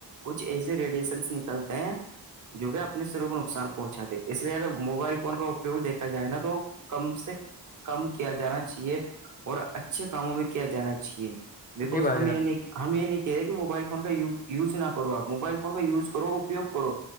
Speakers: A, on the right; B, on the left.
A: کچھ ایسے ریڈیشنس نکلتے ہیں- جو ہے اپنے سروں کو نقصان پہنچاے اس لیے اگر- موبائل فون کا اپیوگ دیکھا جائے نا تو کم سے- کم کیا جانا چاہیے اور اچھے کاموں میں کیا جانا چاہیے- بکوز
B: جی بھائی
A: ہم
B: جان
A: یہ نہیں ہم یہ نہیں کہہے کہ وہ- موبائل فون کا یز نہ کروپ موبائل فون کا یوز کرو اپوگ کرو-